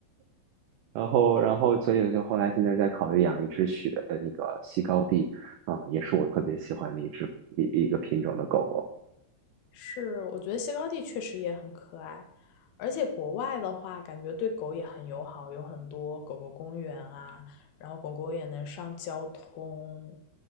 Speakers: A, on the right; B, on the left.
A: 然后，然后，所以就后来现在在考虑养一只雪，呃那个西高地，啊，也是我特别喜欢的一只一一个品种的狗狗。
B: 是，我觉得西高地确实也很可爱，而且国外的话，感觉对狗也很友好，有很多狗狗公园啊，然后狗狗也能上交通，